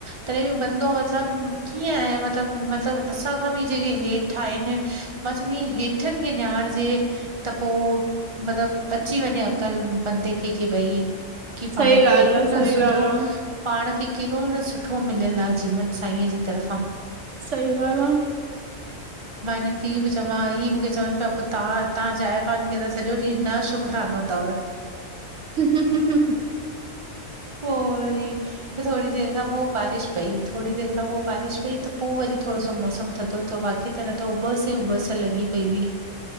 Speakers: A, on the right (about 25°); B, on the right (about 65°).
A: तॾहिं बि बंदो मतलब कीअं आए मतलब मतलब असांखां बि जेके हेठि ठाहिनि मां चवंदी आहि हेठनि खे निहारजे त पोइ मतलब अची वञे अकल बंदे खे की भई की
B: सही
A: पाण खे
B: ॻाल्हि
A: केॾो
B: आ
A: न
B: सही
A: सुठो
B: ॻाल्हि आ
A: पाण खे केॾो न सुठो मिलियलु आहे, जीवन साईंअ जी तरफ़ां
B: सही ॻाल आ।
A: मां हिनन खे इहो पई चां ही मुखे चवनि पिया पो तां तां जाइफ़ान खे त सॼो ॾींहं न शुखुरानो थव।
B: हूं हूं हूं हूं
A: पोइ थोरी देर खां पोइ बारिश पई थोरी देर खां पोइ बारिश पई त पोइ वरी थोरो सो मौसम थधो बाक़ी त न त उबस ई उबस लॻी पई हुई